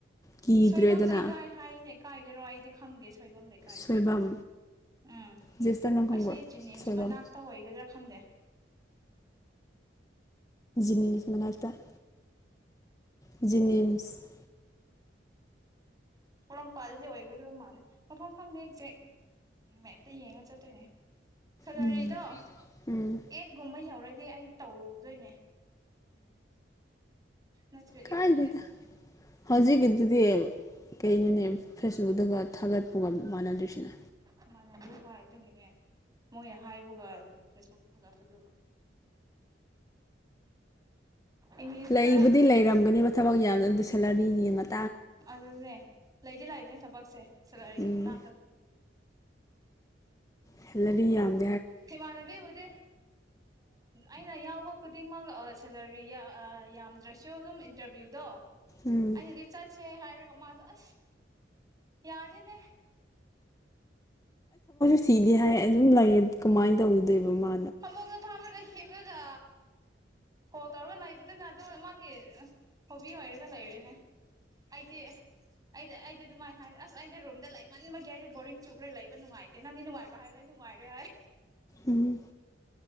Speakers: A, on the left (about 20°); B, on the right (about 20°).
A: ꯀꯤꯗ꯭ꯔꯦꯗꯅ
B: ꯁꯣꯏꯕꯝ ꯂꯩꯀꯥꯏ ꯍꯥꯏꯅꯦ ꯀꯥꯏꯗꯔꯣ ꯑꯩꯗꯤ ꯈꯪꯗꯦ ꯁꯣꯏꯕꯝ ꯂꯩꯀꯥꯏꯁꯦ
A: ꯁꯣꯏꯕꯝ
B: ꯎꯝ
A: ꯖꯦꯁꯇꯔ ꯅꯪ ꯈꯪꯕ꯭ꯔꯣ
B: ꯑꯁꯤ ꯖꯤꯅꯤꯝꯁ
A: ꯁꯣꯏꯕꯝ
B: ꯃꯅꯥꯛꯇ ꯑꯣꯏꯒꯗ꯭ꯔꯥ ꯈꯪꯗꯦ
A: ꯅꯤ ꯃꯅꯥꯇ <unintelligible> ꯃꯤꯝꯁ <unintelligible>
B: ꯄꯣꯔꯣꯝꯄꯥꯜꯗꯗꯤ ꯑꯣꯏꯒꯗꯕ ꯃꯥꯜꯂꯦ ꯃꯐꯝ ꯈꯪꯗꯦ ꯍꯁꯦ ꯃꯦꯞꯇ ꯌꯦꯡꯉ ꯆꯠꯇꯣꯏꯅꯦ ꯁꯦꯂꯔꯤꯗꯣ
A: ꯎꯝ ꯎꯝ
B: ꯑꯦꯠꯒꯨꯝꯕ ꯌꯧꯔꯦ ꯑꯗꯨꯗꯤ ꯑꯩ ꯇꯧꯔꯨꯗꯣꯏꯅꯦ ꯅꯠꯇ꯭ꯔꯗꯤ
A: ꯀꯥꯏ
B: ꯈꯪꯗꯦ
A: ꯂꯤꯗ ꯍꯧꯖꯤꯛꯤꯗꯤ ꯀꯩꯩꯅꯅꯦ ꯐꯦꯁꯕꯨꯛꯇꯒ ꯊꯥꯒꯠꯄꯒ ꯃꯥꯟꯅꯗꯣꯏꯁꯤꯅ
B: ꯃꯥꯟꯅꯗꯦ ꯍꯣꯏ ꯑꯗꯨꯒꯤꯅꯦ ꯃꯣꯏ ꯍꯥꯏꯕꯒ ꯐꯦꯁꯕꯨꯛꯇ ꯊꯥꯒꯠꯄꯗꯨꯒ ꯏꯪꯂꯤꯁꯀ
A: ꯂꯩꯕꯨꯗꯤ ꯂꯩꯔꯝꯒꯅꯦꯕ ꯊꯕꯛ ꯌꯥꯒ <unintelligible>
B: ꯑꯗꯨꯅꯦ ꯂꯩꯗꯤ ꯂꯥꯛꯏꯕꯅꯦ ꯊꯕꯛꯁꯦ ꯁꯦꯂꯔꯤꯒꯤ
A: ꯎꯝ
B: ꯃꯇꯥꯡ ꯈꯛꯇꯅꯦ
A: ꯍꯜꯂꯔꯤ ꯌꯥꯝ
B: ꯊꯦꯃꯅꯕꯤꯕꯦ ꯑꯩꯅ ꯌꯥꯎꯕ ꯈꯨꯗꯤꯡꯃꯛ ꯁꯦꯂꯔꯤ ꯌꯥꯝꯗ꯭ꯔꯁꯨ ꯑꯗꯨꯝ ꯏꯟꯇꯔꯚ꯭ꯌꯨꯗꯣ
A: ꯎꯝ
B: <unintelligible> ꯁꯦ ꯍꯥꯏꯔꯒ ꯃꯥꯗꯣ ꯑꯁ ꯌꯥꯗꯦꯅꯦ
A: ꯁꯤꯗꯤ ꯍꯥꯏ ꯑꯗꯨꯝ ꯂꯩꯑꯦ ꯀꯃꯥꯏꯅ ꯇꯧꯗꯣꯏꯕ ꯃꯥ
B: ꯍꯥꯃꯨꯡꯗ ꯐꯥꯕꯒ ꯍꯤꯞꯂꯒ ꯀꯣ ꯇꯧꯔꯒ ꯂꯩꯕꯗꯨꯅ ꯑꯗꯨꯝ ꯃꯥꯒꯤ ꯍꯣꯕꯤ ꯑꯣꯏꯔꯒ ꯂꯩꯔꯦꯅꯦ ꯑꯩꯗꯤ ꯑꯩꯗꯤ ꯑꯩꯗꯤ ꯑꯗꯨꯃꯥꯏꯅ ꯍꯥꯏ ꯑꯁ ꯑꯩꯗꯤ ꯔꯨꯝꯗ ꯂꯩꯃꯟꯕꯒꯤ ꯑꯩꯗꯤ ꯕꯣꯔꯤꯡ ꯆꯨꯈ꯭ꯔꯦ ꯂꯩꯕ ꯅꯨꯡꯉꯥꯏꯇꯦ ꯅꯪꯗꯤ ꯅꯨꯡꯉꯥꯏꯕ꯭ꯔꯥ ꯍꯥꯏꯒ ꯅꯨꯡꯉꯥꯏꯔꯦ ꯍꯥꯏ
A: ꯎꯝ